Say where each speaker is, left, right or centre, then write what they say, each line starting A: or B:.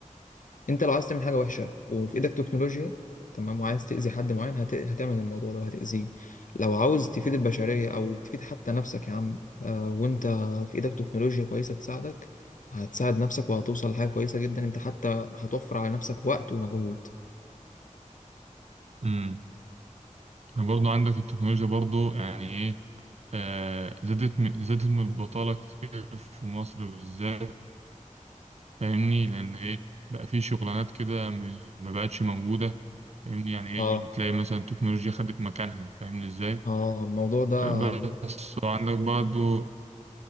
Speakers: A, on the left (about 75°); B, on the right (about 55°).
A: انت لو عايز تعمل حاجه وحشه وفي ايدك تكنولوجيا تمام وعايز تاذي حد معين هت... هتعمل الموضوع ده وهتاذيه لو عاوز تفيد البشريه او تفيد حتى نفسك يا عم آه وانت في ايدك تكنولوجيا كويسه تساعدك هتساعد نفسك وهتوصل لحاجه كويسه جدا انت حتى هتوفر على نفسك وقت ومجهود
B: امم برضه عندك التكنولوجيا برضه يعني ايه آه، زادت من- زادت من البطالة كتير في مصر بالذات فاهمني لأن ايه بقى في شغلانات كده م- ما بقتش موجودة فاهمني يعني ايه
A: اه
B: بتلاقي مثلا التكنولوجيا خدت مكانها فاهمني ازاي
A: اه الموضوع ده
B: آه، بس
A: بي-
B: وعندك برضه